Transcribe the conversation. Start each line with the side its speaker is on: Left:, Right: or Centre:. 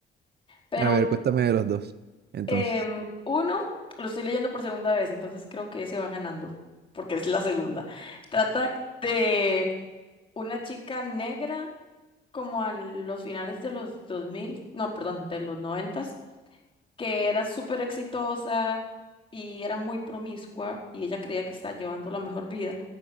Left: pero
Right: A ver, cuéntame de los dos, entonces.
Left: em, uno lo estoy leyendo por segunda vez, entonces creo que ese va ganando, porque es la segunda. Trata de una chica negra como a los finales de los 2000, no, perdón, de los noventas, que era súper exitosa y era muy promiscua y ella creía que estaba llevando la mejor vida